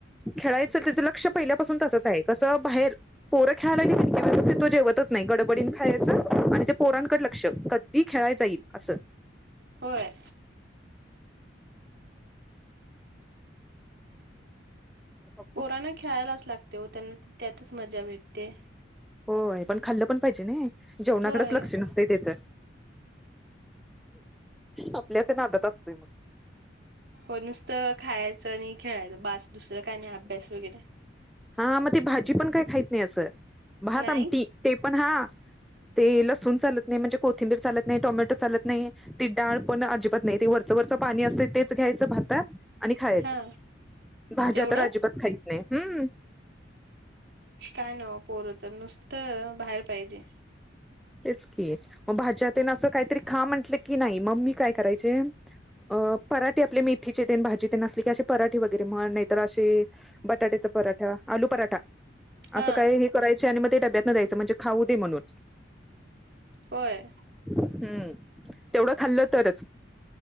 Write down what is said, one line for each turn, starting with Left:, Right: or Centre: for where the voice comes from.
Centre: खेळायचं त्यांचं लक्ष पहिल्यापासून तसंच आहे. कसं बाहेर पोरं खेळायला गेली की व्यवस्थित तो जेवतच नाही. गडबडीनं खायचं आणि ते पोरांकड लक्ष कधी खेळाय जाईल असं.
Right: होय
Centre: बघू
Right: पोरांना खेळायलाच लागते हो त्यांना त्यातच मजा भेटते.
Centre: होय पण खाल्लं पण पाहिजे नाही, जेवणाकडेच
Right: होय
Centre: लक्ष नसतंय त्याचं. आपल्याच नादात असतोय मग.
Right: होय नुसतं खायाचं आणि खेळायचं, बास दुसरं काय नाही अभ्यास वगैरे.
Centre: हां मग ते भाजी पण काय खायत नाही असं, भात
Right: नाही
Centre: आमटी ते पण हा ते लसून चालत नाही, म्हणजे कोथिंबीर चालत नाही, टोमॅटो चालत नाही. ती डाळ पण अजिबात नाही, ते वरचं वरचं पाणी असतंय तेच घ्यायचं भातात आणि खायाचं.
Right: हा
Centre: भाज्या
Right: तेवढंच
Centre: तर अजिबात खाईत नाही हम्म.
Right: काय नव्हं पोरं तर नुसतं बाहेर पाहिजे.
Centre: तेच की, म भाज्या तेनं असं काहीतरी खा म्हंटलं की नाही. म मी काय करायचे अ पराठे आपले मेथीचे तेन भाजी तेन असली की असे पराठे वगैरे म्हण. नाहीतर अशे बटाट्याचा पराठा, आलू पराठा
Right: हा
Centre: असं काही चे आणि मग ते डब्यातनं द्यायचं म्हणजे खाऊ दे म्हणून.
Right: होय
Centre: हम्म, तेवढं खाल्लं तरच.